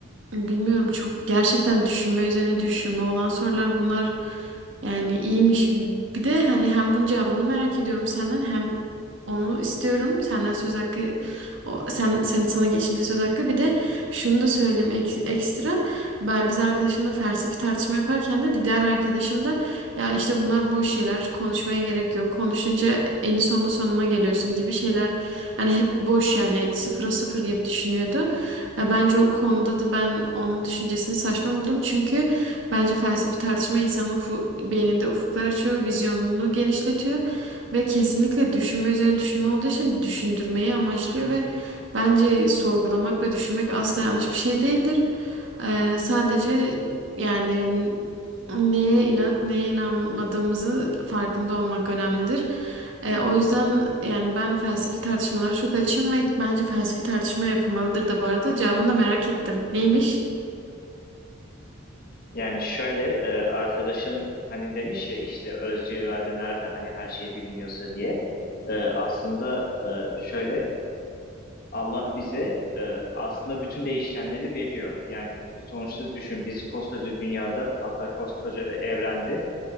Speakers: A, on the right; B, on the left.
A: bilmiyorum çok gerçekten düşünme üzerine düşünme olan sorular bunlar. Yani iyiymiş. Bir de hani hem bunun cevabını merak ediyorum senden hem onu istiyorum. Senden söz hakkı o, sen, sen sana geçince söz hakkı. Bir de şunu da söyleyeyim ek- ekstra. Ben biz arkadaşımla felsefi tartışma yaparken de bir diğer arkadaşım da ya işte bunlar boş şeyler. Konuşmaya gerek yok. Konuşunca en sonunda sonuna geliyorsun gibi şeyler. Hani hep boş yani sıfıra sıfır gibi düşünüyordu. Ya bence o konuda da ben onun düşüncesini saçma buldum. Çünkü bence felsefi tartışma insanın ufu- beyninde ufuklar açıyor, vizyonunu genişletiyor ve kesinlikle düşünme üzerine düşünme olduğu için düşündürmeyi amaçlıyor ve bence sorgulamak ve düşünmek asla yanlış bir şey değildir. Ee, sadece yani neye inanıp neye inanmadığımızı farkında olmak önemlidir. E, o yüzden yani ben felsefi tartışmalara çok açığım ve bence felsefi tartışma yapılmalıdır da bu arada. Cevabını da merak ettim. Neymiş?
B: Yani şöyle e, arkadaşın hani demiş ya işte özcü irade nerede hani her şey biliniyorsa diye. E, aslında e, şöyle Allah bize e, aslında bütün değişkenleri veriyor. Yani sonuçta düşün biz koskoca dünyada hatta koskoca evrende